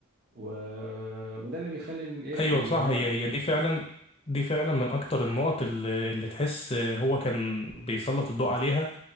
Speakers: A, on the right; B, on the left.
A: و... وده اللي بيخلي إن الايه
B: ايوه
A: اللي
B: صح
A: هو
B: هي هي دي فعلا دي فعلا من اكتر النقط اللي, اللي تحس هو كان بيسلط الضوء عليها